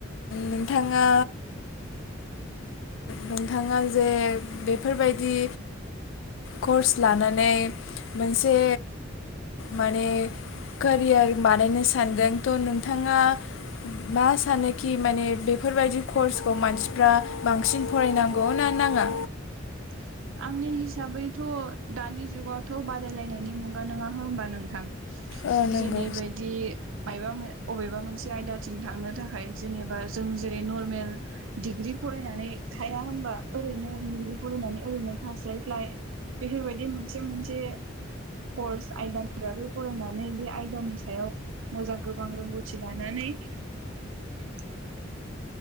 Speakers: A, on the left (about 70°); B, on the right (about 75°).
A: नोंथाङा
B: <inaudible>
A: नोंथाङा जे बेफोरबायदि कर्स लानानै मोनसे माने कोरियार बानायनो सानदों थ' नोंथाङा मा सानोखि माने बेफोरबायदि कर्सखौ मानसिफ्रा बांसिन फरायनांगौ ना नाङा?
B: <inaudible> आंनि हिसाबैथ' दानि जुगावथ' बादायलायनायनि मुगा नङा होमबा नोंथां?
A: औ नंगौ
B: जेरैबायदि मायबा मो अबेबा मोनसे आयदाथिं थांनो थाखाय जेनेबा जों जेरै नर्मेल डिग्रि फरायनानै थाया होनबा ओरैनो डग्रि फरायनानै ओरैनो थासलाइ लाइ बेफोरबायदि मोनसे मोनसे कर्स आयदानि बागै फरायनानै बे आयदानि सायाव मोजां गोबां रोंगौथि लानानै <inaudible>